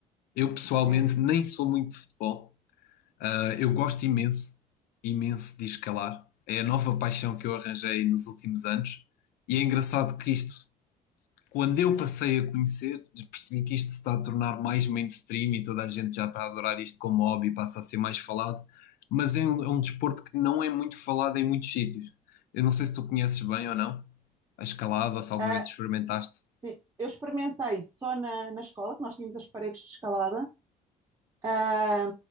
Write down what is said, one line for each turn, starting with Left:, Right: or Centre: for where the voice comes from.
Left: Eu pessoalmente
Right: sim.
Left: nem sou muito de futebol. Ah, Eu gosto imenso, imenso de escalar. É a nova paixão que eu arranjei nos últimos anos. E é engraçado que isto Quando eu passei a conhecer, percebi que isto se está a tornar mais mainstream e toda a gente já está a adorar isto como hobby, passa a ser mais falado, mas é um, é um desporto que não é muito falado em muitos sítios. Eu não sei se tu conheces bem ou não a escalada, ou se alguma
Right: Ah,
Left: vez experimentaste.
Right: sim. Eu experimentei só na, na escola, que nós tínhamos as paredes de escalada. Ah,